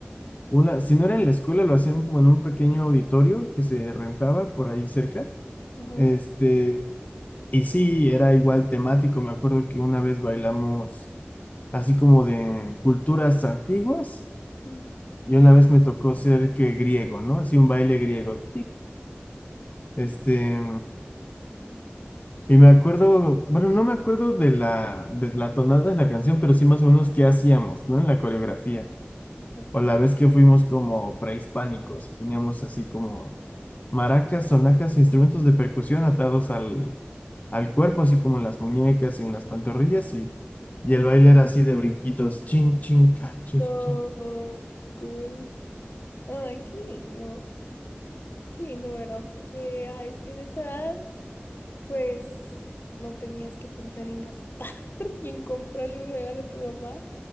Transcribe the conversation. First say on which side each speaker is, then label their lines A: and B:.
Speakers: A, on the left; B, on the left.
A: una, si no era en la escuela, lo hacían como en un pequeño auditorio que se rentaba por ahí cerca.
B: Ujú,
A: Este, y sí, era igual temático. Me acuerdo que una vez bailamos así como de culturas antiguas,
B: mm,
A: y una
B: cool.
A: vez me tocó ser que griego, ¿no? Así un baile griego. Este. Y me acuerdo, bueno, no me acuerdo de la, de la tonada de la canción, pero sí más o menos qué hacíamos, ¿no? En la coreografía.
B: Ok.
A: O la vez que fuimos como prehispánicos, y teníamos así como maracas, sonajas, instrumentos de percusión atados al, al cuerpo, así como en las muñecas y en las pantorrillas, y, y el baile era así de brinquitos, chin, chin, ca, chin,
B: No,
A: chin.
B: cool. Ay, qué lindo. Qué lindo, ¿verdad? Porque a es- en esa edad, pues, no tenías que pensar en gastar <laughs> y en comprarle un regalo a tu mamá.